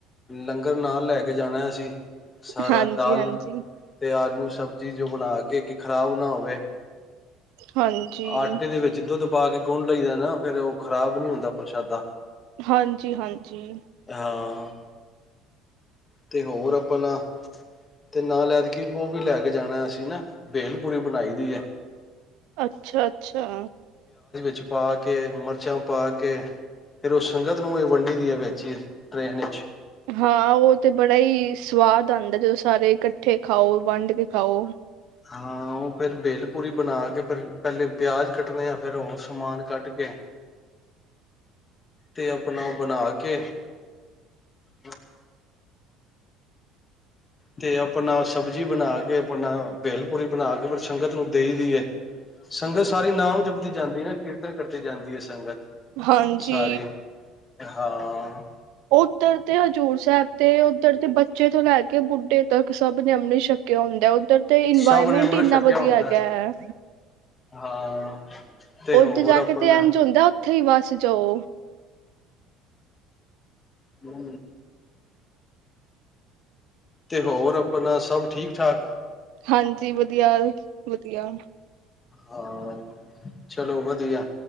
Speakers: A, on the left (about 30°); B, on the right (about 70°).
A: ਲੰਗਰ ਨਾਲ ਲੈ ਕੇ ਜਾਣਾ ਅਸੀ। ਸਾਰਾ
B: ਹਾਂਜੀ
A: ਦਾਲ
B: ਹਾਂਜੀ
A: ਤੇ ਆਲੂ, ਸਬਜ਼ੀ ਬਣਾ ਕੇ ਕਿ ਖ਼ਰਾਬ ਨਾ ਹੋਵੇ।
B: ਹਾਂਜੀ
A: ਆਟੇ ਦੇ ਵਿੱਚ ਦੁੱਧ ਪਾ ਕੇ ਗੁਨ ਲਈਦਾ ਨਾ ਫੇਰ ਉਹ ਖਰਾਬ ਨੀ ਹੁੰਦਾ ਪ੍ਰਸ਼ਾਦਾ।
B: ਹਾਂਜੀ-ਹਾਂਜੀ।
A: ਹਾਂ। ਤੇ ਹੋਰ ਆਪਣਾ ਤੇ ਨਾ ਲੈ ਤੇ ਕੀ ਉਹ ਵੀ ਲੈ ਕੇ ਜਾਣਾ ਅਸੀਂ ਨਾ ਵੇਲਪੂਰੀ ਬਣਾਈ ਦੀ ਏ।
B: ਅੱਛਾ-ਅੱਛਾ।
A: ਚ ਪਾ ਕੇ, ਮਿਰਚਾਂ ਪਾ ਕੇ, ਫਿਰ ਉਹ ਸੰਗਤ ਨੂੰ ਇਹ ਵੰਡੀ ਦੀ ਹੈ ਵੇਚੀਏ ਟ੍ਰੇਨ ਵਿੱਚ
B: ਹਾਂ ਉਹ ਤੇ ਬੜਾ ਹੀ ਸਵਾਦ ਆਦਾ ਜਦੋਂ ਸਾਰੇ ਇਕੱਠੇ ਖਾਓ, ਵੰਡ ਕੇ ਖਾਓ।
A: ਹਾਂ ਉਹ ਫੇਰ ਵੇਲ ਪੂਰੀ ਬਣਾ ਕੇ ਫੇਰ ਪਹਿਲੇ ਪਿਆਜ ਕੱਟਣੇ ਆ। ਫੇਰ ਉਹ ਸਮਾਨ ਕੱਟ ਕੇ ਤੇ ਆਪਣਾ ਉਹ ਬਣਾ ਕੇ। ਕੇ ਤੇ ਆਪ ਆਪਣਾ ਸਬਜ਼ੀ ਬਣਾ ਕੇ ਆਪਣਾ ਵੇਲਪੂਰੀ ਬਣਾ ਕੇ ਫਿਰ ਸੰਗਤ ਨੂੰ ਦੇਈ ਦੀ ਹੈ, ਸੰਗਤ ਸਾਰੀ ਨਾਮ ਜਪਦੀ ਜਾਂਦੀ ਏ ਕੀਰਤਨ ਕਰਦੀ ਜਾਂਦੀ ਏ, ਸੰਗਤ
B: ਹਾਂਜੀ।
A: ਸਾਰੀ। ਹਾਂ।
B: ਉੱਧਰ ਤੇ ਹਜ਼ੂਰ ਸਾਹਿਬ ਤੇ ਉਧੱਰ ਬੱਚੇ ਤੋਂ ਲੈ ਕੇ ਬੁੱਢੇ ਤੱਕ ਸਭ ਨੇ ਅਮ੍ਰਿਤ ਛਕ ਛੱਕਿਆ ਹੁੰਦਿਆ। ਉਧਰ ਤੇ ਇਨਵਾਇਰਮੈਂਟ
A: ਸਭ ਨੇ ਅੰਮ੍ਰਿਤ
B: ਇੰਨਾ
A: ਛਕਿਆ
B: ਵਧੀਆ
A: ਹੁੰਦਾ
B: ਹੈਗਾ ਹੈ,
A: ਹਾਂ। ਤੇ ਹੋਰ
B: ਉਧਰ ਜਾ
A: ਆਪਣਾ
B: ਕੇ ਤੇ ਇੰਝ ਹੁੰਦਾ। ਉੱਥੇ ਹੀ ਵਸ ਜਾਓ।
A: ਹਮ ਤੇ ਹੋਰ ਆਪਣਾ ਸਭ ਠੀਕ ਠਾਕ
B: ਹਾਂਜੀ ਵਧੀਆ ਵਧੀਆ
A: ਹਾਂ ਚਲੋ ਵਧੀਆ